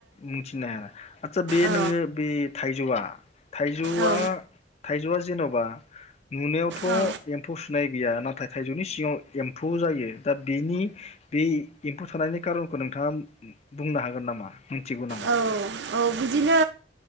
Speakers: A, on the left; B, on the right.
A: मिथिनो आरो आदसा बे
B: औ
A: नोङो बे थाइजौआ थाइजौआ
B: औ
A: थाइजौआ जेन'बा बा नुनायावथ'
B: औ
A: एम्फौ सुनाय गैया नाथाय नाथाय थाइजौनि सिङाव एम्फौ जायो दा बेनि बे एम्फौ थानायनि खारनखौ नोंथाङा बुंनो हागोन नामा? मिथिगौ नामा?
B: औ औ बिदिनो